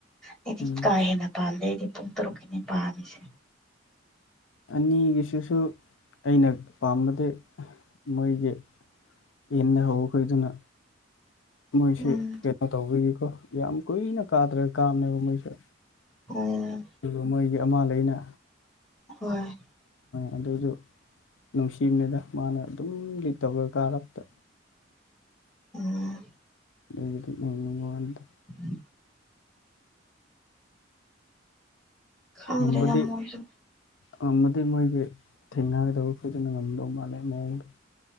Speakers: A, in the centre; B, on the left (about 75°).
A: ꯑꯩꯗꯤ
B: ꯎꯝ
A: ꯀꯥ ꯍꯦꯟꯅ ꯄꯥꯝꯗꯦ ꯑꯩꯗꯤ ꯄꯨꯡ ꯇꯔꯨꯛꯀꯤꯅꯤ ꯄꯥꯝꯃꯤꯁꯦ
B: ꯑꯅꯤꯒꯤꯁꯤꯁꯨ ꯑꯩꯅ ꯄꯥꯝꯕꯗꯤ ꯃꯣꯏꯒꯤ ꯏꯟꯅ ꯍꯧꯈꯣꯏꯗꯨꯅ ꯃꯣꯏꯁꯤ
A: ꯎꯝ
B: ꯀꯩꯅꯣ ꯇꯧꯕꯒꯤꯀꯣ ꯌꯥꯝ ꯀꯨꯏꯅ ꯀꯥꯗ꯭ꯔ ꯀꯥꯅꯅꯦꯕ ꯃꯣꯏꯁꯦ
A: ꯑꯣ
B: ꯑꯗꯨꯒ ꯃꯣꯏꯒꯤ ꯑꯃꯥ ꯂꯩꯅ
A: ꯍꯣꯏ
B: ꯑꯗꯨꯖꯤ ꯅꯨꯡꯁꯤꯕꯅꯦꯗ ꯃꯥꯅ ꯑꯗꯨꯝ ꯂꯤꯠ ꯇꯧꯔ ꯀꯥꯔꯛꯄ
A: ꯎꯝ
B: ꯑ ꯃꯅꯤꯡ ꯋꯥꯅꯤꯗ
A: ꯎꯝ ꯈꯪꯗ꯭ꯔꯦꯗ
B: ꯉꯝꯕꯗꯤ
A: ꯃꯣꯏꯁꯨ
B: ꯉꯝꯕꯗꯤ ꯃꯣꯏꯒꯤ ꯊꯦꯡꯅꯒꯗꯧꯕ ꯈꯣꯏꯗꯨꯅ ꯉꯝꯗꯧ ꯃꯥꯜꯂꯦ ꯃꯑꯣꯡꯗꯣ